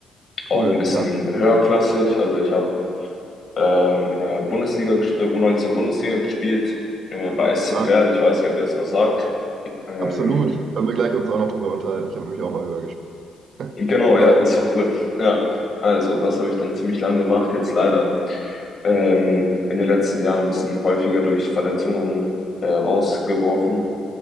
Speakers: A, on the right; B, on the left.
A: Cool.
B: auch ein bisschen
A: Ja,
B: höherklassig. Also ich habe ähm, in der Bundesliga, ges- äh, U19 Bundesliga gespielt, äh, bei SC
A: stark.
B: Verl. Ich weiß nicht, ob dir das was sagt. Ähm,
A: absolut. Können wir gleich uns auch noch drüber unterhalten. Ich habe nämlich auch mal höher gespielt. <laughs>
B: Genau,
A: Aber
B: ja, ist doch cool. Ja, also das habe ich dann ziemlich lang gemacht, jetzt leider ähm, in den letzten Jahren ein bisschen häufiger durch Verletzungen äh, rausgeworfen